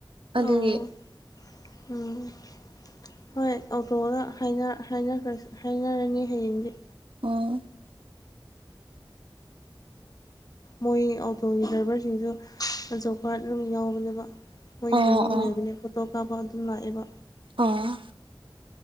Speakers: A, on the right (about 75°); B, on the left (about 45°).
A: ꯑꯗꯨꯒꯤ
B: ꯑꯣ ꯎꯝ ꯍꯣꯏ ꯑꯣꯇꯣꯗ ꯍꯥꯏꯅꯔꯅꯤ ꯍꯌꯦꯡꯗꯤ
A: ꯎꯝ
B: ꯃꯣꯏ ꯑꯣꯇꯣꯒꯤ ꯗ꯭ꯔꯥꯏꯚꯔꯁꯤꯡꯁꯨ ꯑꯖꯣꯞꯀꯔꯠ ꯑꯗꯨꯝ ꯌꯥꯎꯕꯅꯦꯕ ꯃꯣꯏꯒꯤ
A: ꯑꯣ
B: ꯃꯃꯤꯡ
A: ꯑꯣ
B: ꯂꯩꯕꯅꯦ ꯐꯣꯇꯣ ꯀꯥꯞꯄ ꯑꯗꯨꯝ ꯂꯥꯛꯑꯦꯕ
A: ꯑꯣ